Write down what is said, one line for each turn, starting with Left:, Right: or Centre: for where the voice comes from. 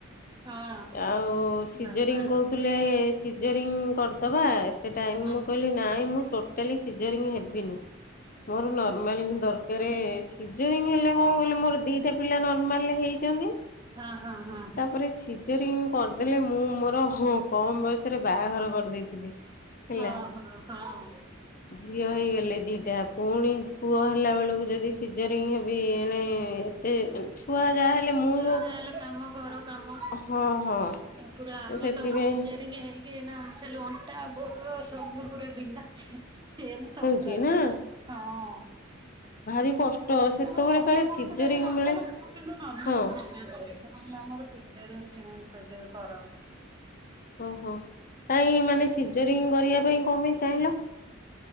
Right: ହଁ
Left: ଆଉ ସିଜରିଙ୍ଗ
Right: ବାବା।
Left: କହୁ ଥିଲେ ସିଜରିଙ୍ଗ କରିଦେବା ଏତେ ଟାଇମ୍
Right: ହୁଁ
Left: ମୁଁ କହିଲି ନାହିଁ ମୁଁ ଟୋ ଟାଲି ସିଜରିଙ୍ଗ ହେବିନି। ମୋର ନର୍ମାଲ ହିଁ ଦରକାର ସିଜନିଂ ହେଲେ କଣ କହିଲ ମୋର ଦିଟା ପିଲା ନର୍ମାଲ ହେଇଛି। କେମିତି
Right: ହଁ ହଁ ହଁ।
Left: ତାପରେ ସିଜରିଂ କରିଦେଲେ ମୁଁ ମୋର କମ ବୟସରେ ବାହାଘର କରିଦେଇଥିଲି। ହେଲା
Right: ଓହୋ ହଁ।
Left: ଝିଅ ହେଇଗଲେ ଦିଟା। ପୁଣି ପୁଅ ହେଲାବେଳକୁ ଯଦି ସିଜରିଙ୍ଗ ହେବି ଏଣେ ଏତେ ଛୁଆ ଯାହା ହେଲେ ମୁଁ
Right: ଛୁଆ ଯାହା ହେଲେ କାମ ଘର କାମ
Left: ହଁ ହଁ
Right: ପୁରା ଆମେ
Left: ସେଥିପାଇଁ
Right: ତ ସିଜରିଙ୍ଗ ହେଇ କି ନା ଖାଲି ଅଣ୍ଟା ଗୋଡ ସବୁୁ ପୁରା ବିନ୍ଧା ଛି ସେମ ସବୁୁରାକ
Left: ହଉଛି ନା
Right: ହଁ।
Left: ଭାରି କଷ୍ଟ ସେତେବେଳେ
Right: ତାପରେ ମତେ
Left: କାଳେ
Right: କହୁଥିଲେ
Left: ସିଜରିଙ୍ଗ
Right: ଯେ ନର୍ମାଲ
Left: ବେଳେ
Right: ମୁଁ କିନ୍ତୁ ନର୍ମାଲ
Left: ହଁ
Right: କୁ ମନା କଲି। ମୁଁ କହିଲି ନାଁ ମୋର ସିଯରିଂ <unintelligible> କର।
Left: ଓହୋ କାହିଁ ମାନେ ସିଜରିଙ୍ଗ କରିବା ପାଇଁ କଣ ପାଇଁ ଚାହିଁଲ?